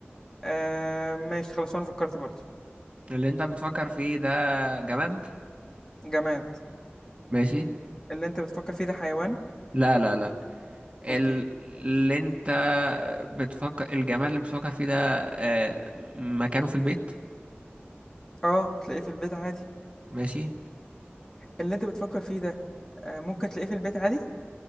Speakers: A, on the left; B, on the right.
A: أه ماشي خلاص انا فكرت برضه
B: اللي انت بتفكر فيه ده جماد
A: جماد
B: ماشي
A: اللي انت بتفكر فيه ده حيوان
B: لا لا لا ال-
A: اوكي
B: اللي انت بتفكر الجماد اللي بتفكر فيه ده آه، مكانه في البيت
A: اه تلاقيه في البيت عادي
B: ماشي
A: اللي انت بتفكر فيه ده أه ممكن تلاقيه في البيت عادي